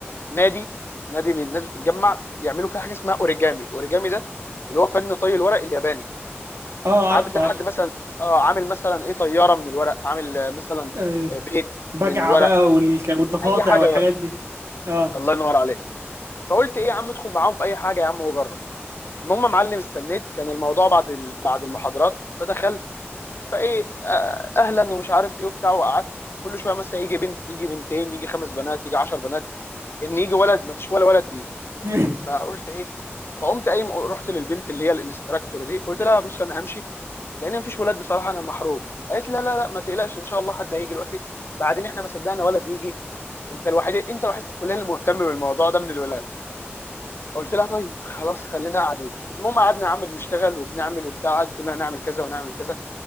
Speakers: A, on the left; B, on the right.
A: نادي نادي بي- الناس بتتجمع بيعملوا فيها حاجه اسمها اوريجامي اوريجامي ده اللي هو فن طي الورق الياباني
B: اه
A: ساعات
B: عارف
A: بتلاقي
B: عارف
A: حد مثلا اه عامل مثلا ايه طياره من الورق عامل آه، مثلا
B: ايوه
A: آه، بيت
B: بجعة
A: من الورق
B: بقى والك... والضفادع
A: اي حاجه
B: والحاجات
A: بقى
B: دي اه
A: الله ينور عليك فقلت ايه يا عم ادخل معاهم في اي حاجه يا عم وجرب المهم يا معلم استنيت كان الموضوع بعد ال... بعد المحاضرات فدخلت فايه آه، اهلا ومش عارف ايه وبتاع وقعدت كل شويه مثلا يجي بنت يجي بنتين يجي خمس بنات يجي عشر بنات ان يجي ولد مفيش ولا ولد بيجي
B: <laughs>
A: فقلت ايه فقمت قايم رحت للبنت اللي هي الانستراكتور دي قلت لها بص انا همشي لان مفيش ولاد بصراحه انا محروق قالت لا لا لا ما تقلقش ان شاء الله حد هيجي دلوقتي بعدين احنا ما صدقنا ولد يجي انت الوحيد انت الوحيد في الكليه اللي مهتم بالموضوع ده من الولاد قلت لها طيب خلاص خلينا قاعدين المهم قعدنا يا عم بنشتغل وبنعمل وبتاع قعدت تقول لنا هنعمل كذا ونعمل كذا